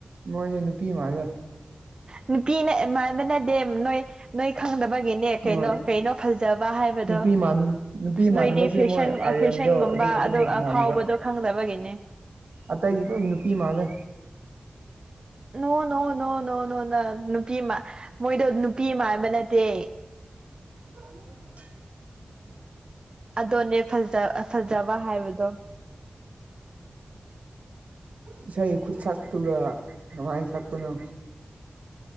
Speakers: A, on the right; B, on the right.
A: ꯃꯣꯏꯁꯦ ꯅꯨꯄꯤ ꯃꯥꯟꯂꯦ
B: ꯅꯨꯄꯤꯅ ꯃꯥꯟꯕ ꯅꯠꯇꯦ ꯅꯣꯏ ꯅꯣꯏ ꯈꯪꯗꯕꯒꯤ ꯒꯤꯅꯦ ꯀꯩꯅꯣ
A: ꯃꯣꯏ
B: ꯀꯩꯅꯣ ꯐꯖꯕ ꯍꯥꯏꯗꯣ
A: ꯅꯨꯄꯤ ꯃꯥꯟ ꯅꯨꯄꯤ
B: ꯅꯣꯢꯗꯤ
A: ꯃꯥꯟꯅꯕꯁꯦ
B: ꯐꯦꯁꯟ
A: ꯃꯣꯏ ꯑꯥꯔꯌꯟꯗꯣ
B: ꯐꯦꯁꯟ ꯒꯨꯝꯕ
A: ꯈꯛꯇꯅꯤ
B: ꯑ ꯑꯗꯨ
A: ꯃꯥꯟꯅꯕ
B: ꯐꯥꯎꯕꯗꯣ ꯈꯪꯗꯕꯒꯤꯅꯦ
A: ꯑꯇꯩꯗꯤ ꯂꯣꯏ ꯅꯨꯄꯤ ꯃꯥꯂꯦ
B: ꯅꯣ ꯅꯣ ꯅꯣ ꯅꯨꯄꯤꯃꯃꯥꯟ ꯃꯣꯏꯗꯣ ꯅꯨꯄꯤ ꯍꯥꯏꯕꯅꯠꯇꯦ
A: <inaudible>
B: ꯑꯗꯣꯅꯦ ꯐꯖ ꯐꯖꯕ ꯍꯥꯏꯕꯗꯣ
A: ꯏꯁꯩ ꯈꯨꯠ ꯁꯛꯇꯨꯒ ꯅꯨꯉꯥꯏꯅ ꯁꯛꯄꯅꯣ